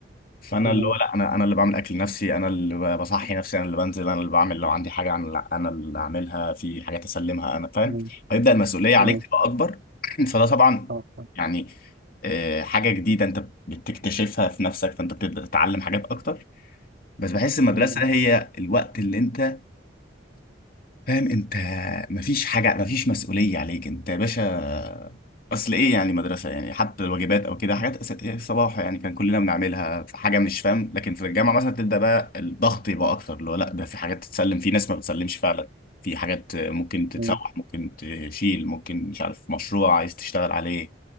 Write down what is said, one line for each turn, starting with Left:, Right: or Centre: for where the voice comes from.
Left: فانا
Right: مم.
Left: اللي هو لا انا انا اللي بعمل اكل نفسي انا اللي بصحي نفسي انا اللي بنزل انا اللي بعمل لو عندي حاجه انا اللي- انا اللي اعملها في حاجات اسلمها انا فاهم
Right: مم.
Left: فيبدا المسؤوليه عليك
Right: مم.
Left: تبقى اكبر <clears throat> فده طبعا
Right: آه.
Left: يعني آه، حاجه جديده انت بتكتشفها في نفسك فانت بتبدا تتعلم حاجات اكتر بس بحس المدرسة
Right: مم.
Left: هي الوقت اللي انت فاهم انت مفيش حاجة مفيش مسؤولية عليك انت يا باشا اصل ايه يعني مدرسة يعني حتى الواجبات او كده حاجات
Right: مم.
Left: أس- إيه صباح يعني كان كلنا بنعملها في حاجة مش فاهم لكن في الجامعة مثلا تبدأ بقى الضغط يبقى اكتر اللي هو لا ده في حاجات تتسلم في ناس ما بتسلمش فعلا في حاجات ممكن تتسوح
Right: مم.
Left: ممكن تشيل ممكن مش عارف مشروع عايز تشتغل عليه